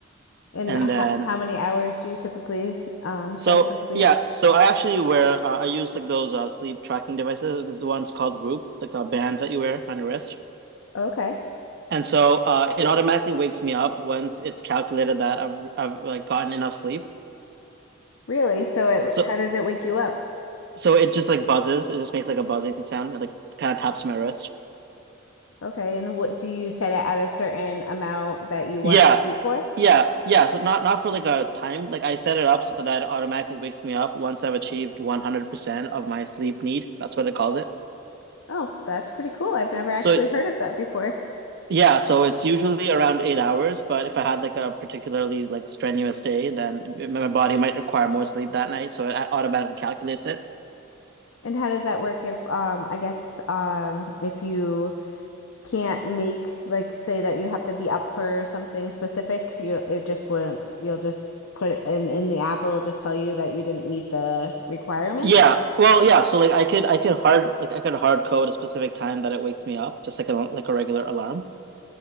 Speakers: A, on the left (about 70°); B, on the right (about 50°).
A: And
B: And
A: how,
B: then,
A: how many hours do you typically um
B: so
A: tend to sleep?
B: yeah, so I actually wear uh, I use like those uh, sleep tracking devices. This one's called Whoop, like a band that you wear on your wrist.
A: Okay.
B: And so uh, it automatically wakes me up once it's calculated that I've I've like gotten enough sleep.
A: Really? So
B: So
A: it how does it wake you up?
B: so it just like buzzes. It just makes like a buzzing sound and like kind of taps my wrist.
A: Okay. And what do you set it at a certain amount that you want
B: Yeah.
A: to sleep for?
B: Yeah. Yeah. So not not for like a time. Like I set it up so that it automatically wakes me up once I've achieved 100% of my sleep need. That's what it calls it.
A: Oh, that's pretty cool. I've never actually
B: So
A: heard of that before.
B: Yeah, so it's usually around eight hours, but if I had like a particularly like strenuous day, then it- my body might require more sleep that night, so it a- automatically calculates it.
A: And how does that work if um I guess um if you can't make like say that you have to be up for something specific, you it just wouldn't you'll just put it in in the app, it'll just tell you that you didn't meet the requirements.
B: Yeah, well, yeah. So like I could I could hard like I could hard code a specific time that it wakes me up, just like a like a regular alarm.